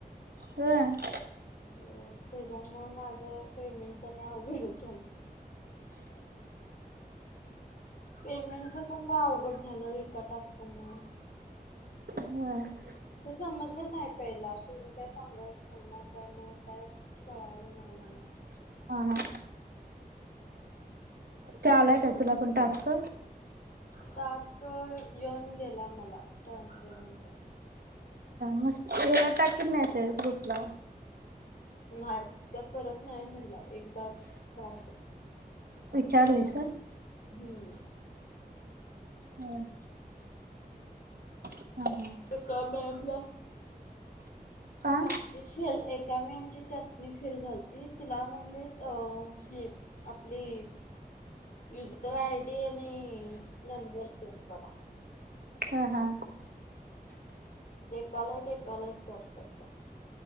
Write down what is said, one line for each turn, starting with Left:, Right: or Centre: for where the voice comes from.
Right: हम.
Left: हो त्याच्यामुळे माझ पेमेंट त्यां अवघडच झालं. पेमेंटच पण अवघड झालं एका टास्क मुळे
Right: ह
Left: ते समजलं नाही., पहिला त्यांनी काय सांगीतलं नाही ना, त्यामुळ काय? कळालं नाही मला.
Right: हा हा ते आलाय काय तुला पण टास्क
Left: टास्क येऊन गेला मला ट्रान्सलेशनचा
Right: मेसेज आला होता की ग्रुप ला.
Left: नाही त्या परत नाही म्हणाल्या एकदाच का?
Right: विचारलेस?
Left: हम्म
Right: हम हम- हम
Left: का मॅमला?
Right: हा हा
Left: चाचणी फेल, एका मॅडम ची चाचणी फेल झालती तिला म्हणाले, अ.... हे आपली युजर आयडी आणि नंबर सेंड करा.
Right: हा -हा
Left: एकाला- एक एकाला -एक करतात त्या